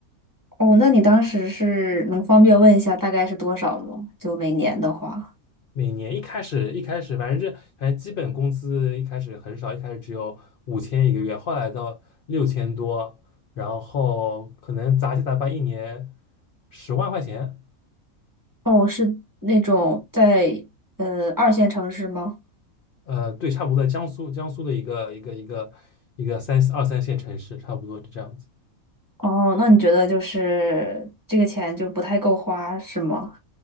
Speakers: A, on the right; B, on the left.
A: 哦，那你当时是能方便问一下大概是多少吗？就每年的话，
B: 每年一开始一开始反正这反正基本工资一开始很少，一开始只有五千一个月，后来到六千多，然后可能杂七杂八一年十万块钱。
A: 哦，是那种在呃二线城市吗？
B: 呃，对，差不多在江苏，江苏的一个一个一个一个三二三线城市，差不多是这样子。
A: 哦，那你觉得就是这个钱就不太够花是吗？